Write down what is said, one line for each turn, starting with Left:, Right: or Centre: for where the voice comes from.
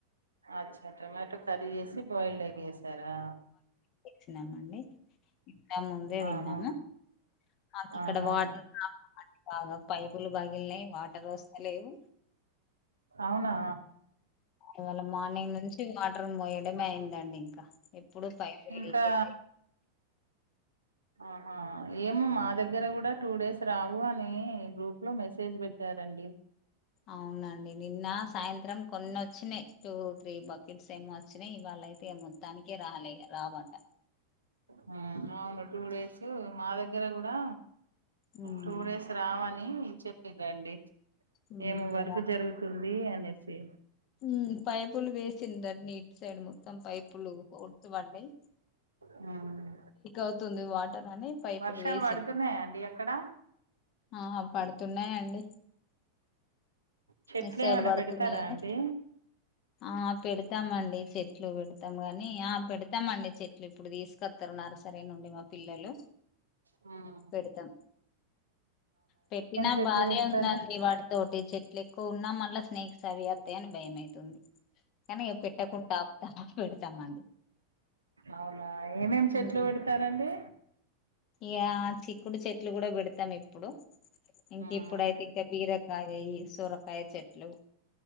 Right: అచ్చా టమాటో కర్రీ చేసి బయిల్డ్ ఎగ్ చేసారా
Left: వచ్చినామండి ఇంకా ముందే తిన్నాము
Right: ఆహా
Left: మాకు ఇక్కడ
Right: ఆహా
Left: వాటర్ ప్రాబ్లమ్ అండి బాగా పైపులు పగిల్నాయి వాటర్ వస్తలేవు
Right: అవునా
Left: ఇవాళ మార్నింగ్ నుంచి వాటర్ మోయడమే అయిందండి ఇంకా ఎప్పుడు పైపులు
Right: ఇంకా
Left: లీకేజ్
Right: ఆహా ఏమో మా దగ్గర కూడా టూ డేస్ రావు అని గ్రూప్ లో మెసేజ్ పెట్ పెట్టారండి
Left: అవునండి నిన్న సాయంత్రం కొన్ని వచ్చినాయి టు త్రీ బకెట్స్ ఏమో వచ్చినా ఇవాళ్ళయితే మొత్తానికే రాలే రావట
Right: హ్మ్ అవును టూ డేస్ మా దగ్గర కూడా
Left: ఉమ్,
Right: టూ డేస్ రావని చెప్పిందండి
Left: ఉమ్,
Right: ఏమో
Left: ఇగ
Right: వర్కు జరుగుతుంది అనేసి
Left: హ్మ్ పైపులు వేసింది అన్ని ఇట్ సైడ్ మొత్తం పైపులు ఉడతాబడ్డాయి
Right: మ్మ్
Left: అవుతుంది వాటర్ అని పైపులు
Right: వర్షాలు
Left: వేసింది
Right: పడుతున్నాయాండి అక్కడ
Left: ఆ పడుతున్నాయండి
Right: చెట్లు
Left: ఇటు సైడ్
Right: ఏమైనా
Left: పడుతున్నాయని
Right: పెడతారా అండి
Left: ఆ పెడతామండి చెట్లు పెడతాం గాని ఆ పెడతామండి చెట్లు ఇప్పుడు తీసుకొ తరున్నారు సరే నుండి మా పిల్లలు
Right: హ్మ్
Left: పెడతాం పెట్టినా
Right: చెట్లు
Left: బాధే
Right: పెడతారు
Left: ఉందండి వాడి తోటి చెట్లు ఎక్కువ ఉన్నాం మళ్ల స్నేక్స్ అవి వస్తాయి అని భయమైతుంది కాని పెట్టకుండా ఆపుతామా పెడతామ అండి
Right: అవునా ఏమేమి చెట్లు
Left: ఉమ్.
Right: పెడతారండి
Left: ఇక చిక్కుడు చెట్లు కూడా పెడతాం ఇప్పు ఇప్పుడు ఇంక
Right: ఉమ్
Left: ఇప్పుడైతే ఇంకా బీరకాయ సొర కై చెట్లు